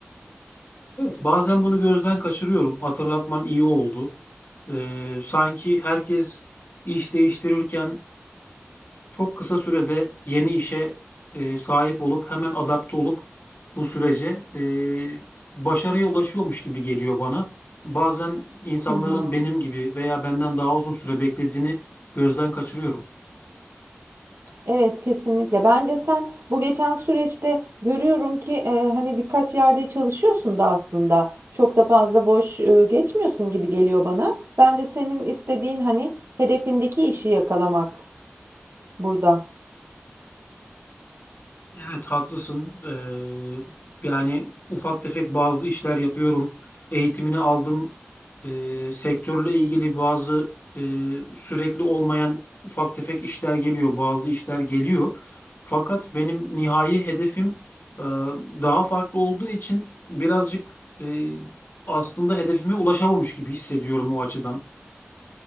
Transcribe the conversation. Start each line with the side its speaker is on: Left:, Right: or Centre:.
Left: Bazen bunu gözden kaçırıyorum. Hatırlatman iyi oldu. Ee, sanki herkes iş değiştirirken çok kısa sürede yeni işe e, sahip olup hemen adapte olup bu sürece e, başarıya ulaşıyormuş gibi geliyor bana. Bazen insanların
Right: Hı hı.
Left: benim gibi veya benden daha uzun süre beklediğini gözden kaçırıyorum.
Right: Evet, kesinlikle. Bence sen bu geçen süreçte görüyorum ki, eee, hani, birkaç yerde çalışıyorsun da aslında. Çok da fazla boş, eee, geçmiyorsun gibi geliyor bana. Bence senin istediğin, hani, hedefindeki işi yakalamak burada.
Left: Evet haklısın. Ee, yani ufak tefek bazı işler yapıyorum. Eğitimini aldım. Eee, sektörle ilgili bazı eee, sürekli olmayan ufak tefek işler geliyor, bazı işler geliyor. Fakat benim nihai hedefim eee, daha farklı olduğu için birazcık eee, aslında hedefime ulaşamamış gibi hissediyorum o açıdan.